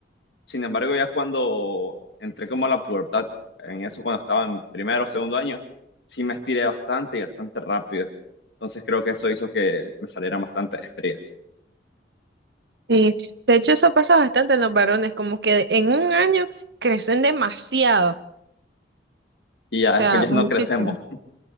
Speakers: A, on the left; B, on the right.
A: Sin embargo, ya cuando entré como a la pubertad, en eso cuando estaba en primero o segundo año, sí me estiré bastante y bastante rápido. Entonces creo que eso hizo que me salieran bastantes estrías.
B: Sí. De hecho, eso pasa bastante en los varones, como que en un año crecen demasiado.
A: Y ya
B: O sea,
A: después ya
B: Muchísimo.
A: no crecemos.